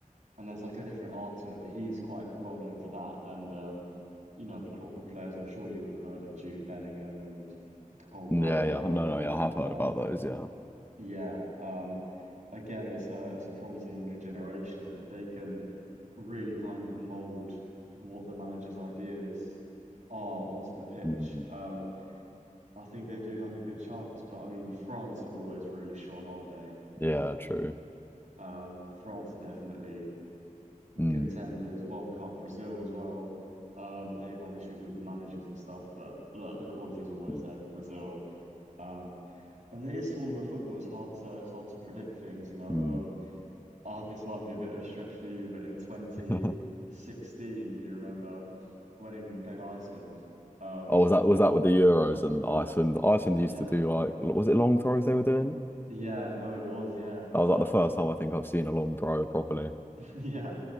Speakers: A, on the right; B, on the left.
A: and there's like a different art to it, but he's quite well known for that. And um, you know, the crop of players I'm sure you would have heard of Jude Bellingham and Cole Palmer
B: Yeah, yeah.
A: and
B: No,
A: everyone.
B: no, yeah, I have heard
A: Um,
B: about those, yeah.
A: yeah. Um, again, it's a it's a promising England generation, and if they can really kind of mold what the manager's ideas are onto the pitch,
B: Mm.
A: um, I think they do have a good chance. But I mean, France are always really strong, aren't they?
B: Yeah, true.
A: Um, France are definitely
B: Mm.
A: contenders, World Cup, Brazil as well. Um, they've had issues with managers and stuff, but look, the quality's always
B: Mm.
A: there with Brazil. Um, and it is tournament football. It's hard to it's hard to predict things, you know.
B: Mm.
A: Um, ah, this might be a bit of a stretch for you, but in 2016,
B: <laughs>
A: do you remember when England played Iceland? Um,
B: Oh, was that was that with the Euros and Iceland? Iceland
A: yeah,
B: used to do like l- was it long throws they were doing?
A: yeah, no, it was, yeah,
B: That was
A: um,
B: like the first time I think I've seen a long throw properly.
A: <laughs> yeah.